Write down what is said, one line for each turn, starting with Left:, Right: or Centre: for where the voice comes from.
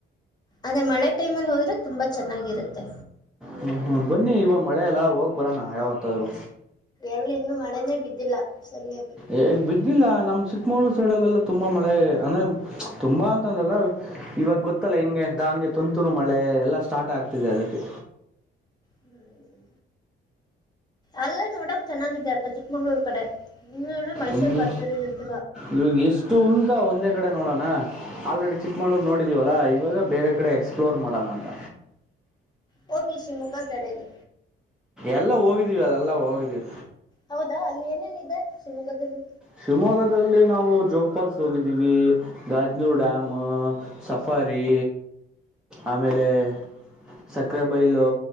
Left: ಅದೇ ಮಳೆ ಟೈಮಲ್ಲಿ ಹೋದ್ರೆ ತುಂಬಾ ಚೆನ್ನಾಗಿರುತ್ತೆ
Centre: ಹ್ಮ ಹ್ಮ್ ಬನ್ನಿ ಇವ ಮಳೆ ಎಲ್ಲಾ ಹೋಗ್ ಬರ ನಾ ಯಾವತ್ತಾದರು
Left: ಎಲ್ಲಿ ಇನ್ನುೂ ಮಳೆನೇ ಬಿದ್ದಿಲ್ಲ ಸರಿಯಾಗಿ
Centre: ಎ ಬಿದ್ದಿಲ್ಲ ನಮ್ಮ್ ಚಿಕ್ಕಮಗ್್ಳೂರು ಸೈಡ್ಲ್ಲೆಲ್ಲ ತುಂಬಾ ಮಳೆ ಅಂದ್ರೆ ತುಂಬಾ ಅಂತ ಅಂದ್ರಲ್ಲ ಇವಾಗ ಗೊತ್ತಲ್ಲ ಹಿಂಗೆ ಎಂತ ಹಂಗೆ ತುಂತುರು ಮಳೆ ಎಲ್ಲಾ ಸ್ಟಾರ್ಟ್ ಆಗ್ತಿದೆ ಅದಕ್ಕೆ
Left: ಹ್ಮ್ ಅಲ್ಲೇ ನೋಡಕ್ ಚೆನ್ನಾಗಿದ್ಯಪ್ಪ ಚಿಕ್ಕಮಂಗ್ಳೂರ್ ಕಡೆ <unintelligible> ಮೈಸೂರು
Centre: ಇಲ್ಲಿ
Left: ಬರ್ತರಂತ
Centre: ಇವಾಗ ಎಷ್ಟುಉಂತಾ ಒಂದೇ ಕಡೆ ನೋಡಣ ಆಲ್ರೆಡಿ ಚಿಕ್ಕಮ್ಳೂರ್ ನೋಡಿದಿವಲ್ಲ ಇವಾಗ ಬೇರೆ ಕಡೆ ಎಕ್ಸ್ಪ್ಲೋರ್ ಮಾಡಣ ಅಂತ
Left: ಹೋಗಿ ಶಿವಮೊಗ್ಗ ಕಡೆಗೆ
Centre: ಎಲ್ಲ ಹೋಗಿದ್ವಿ ಅದೆಲ್ಲ ಹೋಗಿದೀವಿ
Left: ಹೌದಾ ಅಲ್ಲಿ ಏನೇನಿದೆ ಶಿವಮೊಗ್ಗದಲ್ಲಿ
Centre: ಶಿವಮೊಗ್ಗದಲ್ಲಿ ನಾವು ಜೋಗ ಪಾಲ್ಸ್ ಹೋಗಿದ್ದೀವಿ ಗಾಜ, ನೂರು ಡ್ಯಾಮ್ ಸಫಾರಿ ಆಮೇಲೆ, ಸಕ್ಕರೆ ಬೈಲು